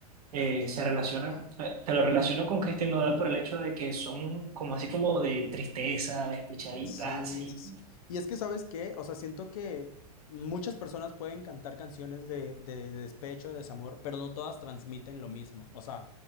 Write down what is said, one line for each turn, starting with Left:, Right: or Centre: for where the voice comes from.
Right: eh, se relacionan, eh, te lo relaciono con Christian Nodal por el hecho de que son como así como de tristeza, despechaditas,
Left: Sí,
Right: así.
Left: sí, sí. Y es que, ¿sabes qué? O sea, siento que muchas personas pueden cantar canciones de, de- de despecho, de desamor, pero no todas transmiten lo mismo. O sea,